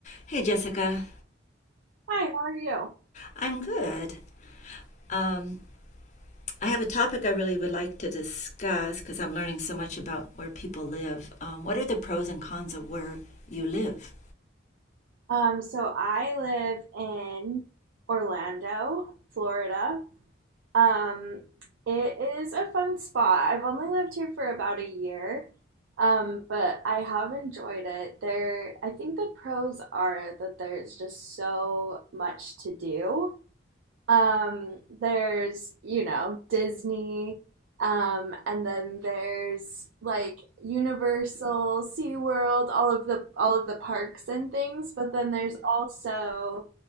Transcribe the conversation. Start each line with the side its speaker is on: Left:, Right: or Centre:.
Left: Hey, Jessica.
Right: Hi, how are you?
Left: I'm good. Um, I have a topic I really would like to discuss because I'm learning so much about where people live. Um, what are the pros and cons of where you live?
Right: Um, so I live in Orlando, Florida. Um, it is a fun spot. I've only lived here for about a year, um, but I have enjoyed it. There, I think the pros are that there's just so much to do. Um, there's, you know, Disney, um, and then there's like Universal, SeaWorld, all of the all of the parks and things, but then there's also